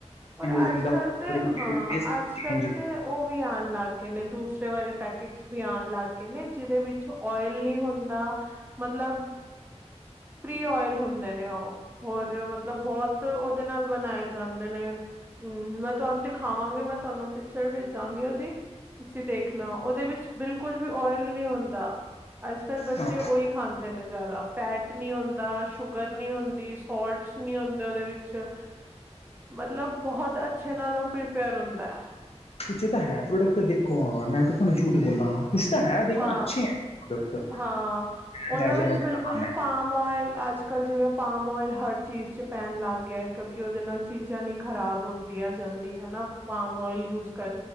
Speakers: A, on the right; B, on the left.
A: ਪਰ
B: ਜਾਂਦਾ
A: ਅੱਜ- ਕੱਲ੍ਹ ਤੇ
B: ਕਲਰ ਵੀ
A: ਹਾਂ
B: ਟੇਸਟ
A: ਅੱਜ-
B: ਚੇਂਜ
A: ਕੱਲ੍ਹ ਤੇ ਉਹ ਵੀ ਆਉਣ ਲੱਗ ਗਏ ਨੇ ਦੂਸਰੇ ਵਾਲ਼ੇ ਪੈਕਟਸ ਵੀ ਆਉਣ ਲੱਗ ਗਏ ਨੇ ਜਿਹਦੇ ਵਿੱਚ ਓਇਲ ਨਹੀਂ ਹੁੰਦਾ ਮਤਲਬ ਫਰੀ ਓਇਲ ਹੁੰਦੇ ਨੇ ਉਹ ਹੋਰ ਮਤਲਬ ਬਹੁਤ ਉਹਦੇ ਨਾਲ ਬਣਾਏ ਜਾਂਦੇ ਨੇ ਹੂੰਮ ਮੈਂ ਤੁਹਾਨੂੰ ਤੇ ਖਾਵਾਂਗੇ ਮੈਂ ਤੁਹਾਨੂੰ ਪਿਕਚਰ ਭੇਜਾਂਗੀ ਉਹਦੀ ਤੁਸੀਂ ਦੇਖਣਾ ਉਹਦੇ ਵਿੱਚ ਬਿਲਕੁਲ ਵੀ ਓਇਲ ਨਹੀਂ ਹੁੰਦਾ ਅੱਜ ਕੱਲ ਬੱਚੇ
B: ਹਾਂ
A: ਉਹੀ ਖਾਂਦੇ ਨੇ ਜ਼ਿਆਦਾ ਫੈਟ ਨਹੀਂ ਹੁੰਦਾ ਸ਼ੂਗਰ ਨਹੀਂ ਹੁੰਦੀ ਸੋਲਟਸ ਨਹੀਂ ਹੁੰਦੇ ਉਹਦੇ ਵਿੱਚ ਵਿੱਚ ਮਤਲਬ ਬਹੁਤ ਅੱਛੇ ਨਾਲ ਉਹ ਪ੍ਰੀਪੇਅਰ ਹੁੰਦਾ ਐ
B: ਪੁੱਛਿਆ ਤਾਂ ਹੈ ਪ੍ਰੋਡਕਟ ਦੇਖੋ ਹਾਂ ਮੈਂ ਤੁਹਾਨੂੰ ਕਿਉ ਝੂਠ ਬੋਲਾ ਹਾਂ ਕੁਛ ਤਾਂ ਹੈ ਦੇਖ
A: ਹਾਂ
B: ਅੱਛੇ ਹੈ ਪ੍ਰੋਡਕਟ
A: ਹਾਂ ਉਹਨਾਂ
B: ਅੰਦਾਜ਼ੇ
A: ਵਿੱਚ
B: ਨਾਲ ਦਿਖਾਵਾ
A: ਬਿਲਕੁਲ ਵੀ
B: ਮੈਂ
A: ਪਾਮ ਓਇਲ ਅੱਜਕਲ ਜਿਵੇਂ ਪਾਮ ਓਇਲ ਹਰ ਚੀਜ਼ ' ਪੈਣ ਲੱਗ ਗਿਆ ਕਿਉਂਕਿ ਉਹਦੇ ਨਾਲ ਚੀਜ਼ਾਂ ਨੀ ਖ਼ਰਾਬ ਹੁੰਦੀਆਂ ਜਲਦੀ ਹਨਾ ਪਾਮ ਓਇਲ ਯੂਜ ਕਰ